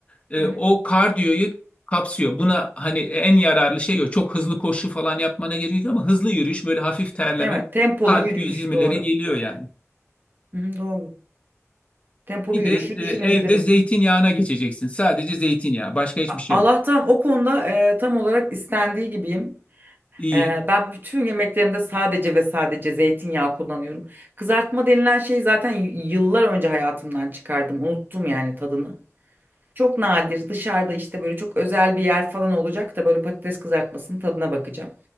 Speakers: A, on the left; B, on the right.
A: e,
B: hı hı.
A: o kardiyoyu kapsıyor. Buna hani en yararlı şey o. Çok hızlı koşu falan yapmana gerek yok ama hızlı yürüyüş, böyle hafif terleme,
B: Evet, tempolu
A: kalp
B: yürüyüş
A: 120'lere
B: doğru.
A: geliyor yani.
B: Hı hı, doğru. Tempolu
A: Bir
B: yürüyüşü
A: de e,
B: düşünebilirim.
A: evde zeytinyağına geçeceksin. Sadece zeytinyağı, başka hiçbir
B: A-
A: şey
B: Allah'tan
A: yok.
B: o konuda e, tam olarak istendiği gibiyim.
A: İyi.
B: Ee, ben bütün yemeklerimde sadece ve sadece zeytinyağı kullanıyorum. Kızartma denilen şeyi zaten y- yıllar önce hayatımdan çıkardım. Unuttum yani tadını. Çok nadir dışarıda işte böyle çok özel bir yer falan olacak da böyle patates kızartmasının tadına bakacağım.